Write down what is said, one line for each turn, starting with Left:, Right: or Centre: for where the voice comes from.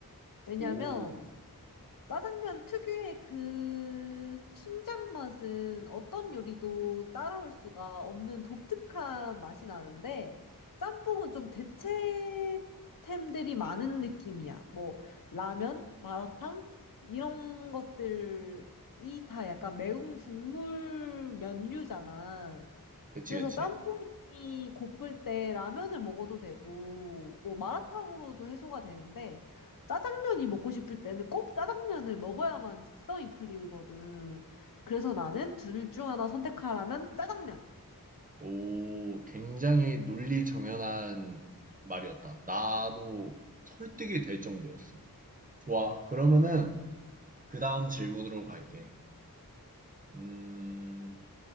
Left: 왜냐면
Right: 오,
Left: 짜장면 특유의 그 춘장 맛은 어떤 요리도 따라올 수가 없는 독특한 맛이 나는데 짬뽕은 좀 대체템들이 많은 느낌이야. 뭐 라면, 마라탕 이런 것들이 다 약간 매운 국물 면류잖아.
Right: 그치,
Left: 그래서
Right: 그치.
Left: 짬뽕이 고플 때 라면을 먹어도 되고, 뭐 마라탕으로도 해소가 되는데, 짜장면이 먹고 싶을 때는 꼭 짜장면을 먹어야만 직성이 풀리거든. 그래서 나는 둘 중 하나 선택하라면 짜장면.
Right: 오, 굉장히 논리 정연한 말이었다. 나도 설득이 될 정도였어. 좋아. 그러면은 그 다음 질문으로 갈게. 음,